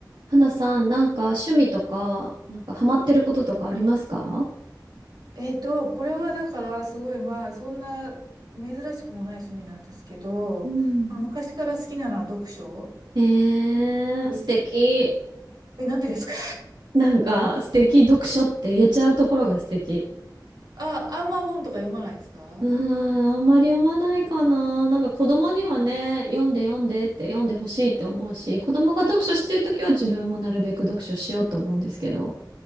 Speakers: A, on the right; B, on the right.
A: 花さん、なんか趣味とか、なんかハマってることとかありますか
B: えっと、これはだからすごいまあそんな珍しくもない趣味なんですけど、
A: うん、
B: まあ、昔から好きなのは読書。
A: えー、
B: うん
A: 素敵。
B: え、なんでですか
A: なんか素敵、読書って言えちゃうところが素敵。
B: <laughs> あ、あんま本とか読まないですか
A: うーん、あんまり読まないかな。なんか子供にはね、
B: あ、そう。
A: 読んで読んでって読んでほしいって思うし、子供が読書してるときは自分もなるべく読書しようと思うんですけど、